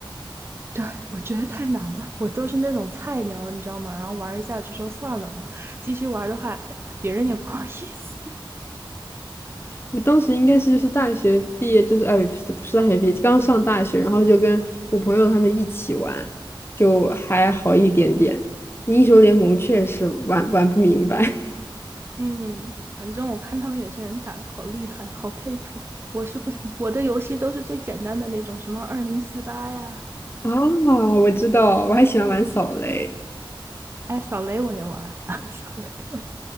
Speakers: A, on the right; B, on the left.
A: <laughs> 对，我觉得太难了，我都是那种菜鸟，你知道吗？然后玩一下就说算了吧，继续玩的话，别人也不好意思。
B: 我当时应该是就是大学毕业，就是哎，不是不是大学毕业，刚上大学，然后就跟我朋友他们一起玩，就还好一点点。英雄联盟确实玩玩不明白
A: 嗯，反正我看他们有些人打的好厉害，好佩服。我是不行，我的游戏都是最简单的那种，什么二零四八呀，
B: <laughs> 啊，我知道，我还喜欢玩扫雷，
A: 哎，扫雷我也玩儿，<laughs> 扫雷我也